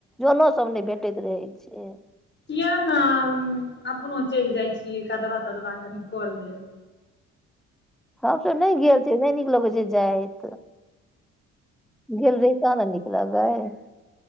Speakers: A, in the centre; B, on the left.
A: जनो सब नहि भेटैत रहै छै।
B: किया नै अपनो चल जाइ छीयै, कदवा-तदवा कनि कऽ लेब।
A: हम तै नै गेल छियै, नै नीक लगै छै जाएत। गेल रही तहन न निक लगय।